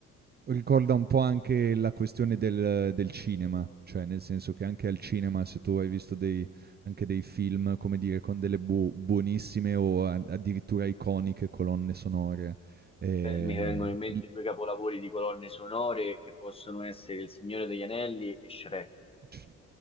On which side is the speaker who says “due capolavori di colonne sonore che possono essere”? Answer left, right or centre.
Left